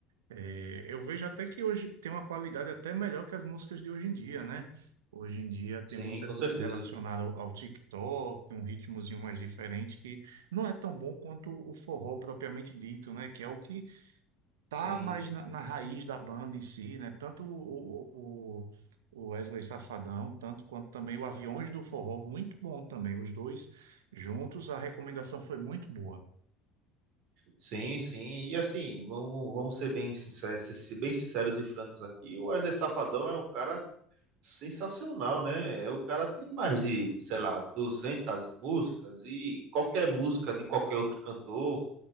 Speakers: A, on the right (about 65°); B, on the right (about 55°).
A: É, eu vejo até que hoje tem uma qualidade até melhor que as músicas de hoje em dia, né? Hoje em dia tem
B: Sim,
A: muita
B: com
A: coisa
B: certeza.
A: relacionada ao, ao TikTok, um ritmozinho mais diferente que não é tão bom quanto o forró propriamente dito, né? Que é o que
B: Sim,
A: tá mais na, na raiz da banda em si, né? Tanto o, o, o o Wesley Safadão, tanto quanto também o Aviões do Forró, muito bom também. Os dois juntos, a recomendação foi muito boa.
B: sim, sim. E assim, vamos, vamos ser bem sinceros, ser- si, bem sinceros e francos aqui. O Wesley Safadão é um cara sensacional, né? É, O cara tem mais de, sei lá, 200 músicas e qualquer música de qualquer outro cantor